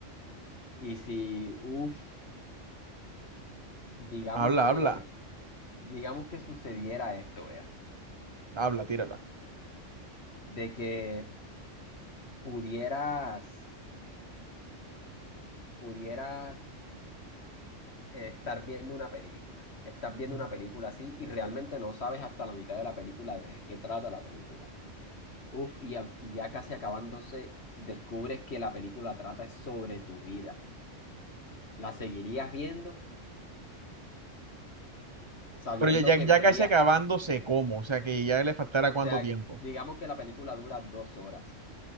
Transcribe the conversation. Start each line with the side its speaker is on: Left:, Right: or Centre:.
Left: y si, uff, digamos
Right: Habla,
Left: que,
Right: habla.
Left: digamos que sucediera esto, vea,
Right: Habla, tírala.
Left: de que pudieras, pudieras eh, estar viendo una película, estás viendo
Right: Ujú.
Left: una película así y realmente no sabes hasta la mitad de la película de qué trata la película. Uff, y, a- y ya casi acabándose, descubres que la película trata es sobre tu vida. ¿La seguirías viendo sabiendo
Right: Pero ya, ya,
Left: que
Right: ya
Left: vería,
Right: casi acabándose como, o sea que ya le faltará cuánto
Left: o sea,
Right: tiempo.
Left: digamos que la película dura dos horas?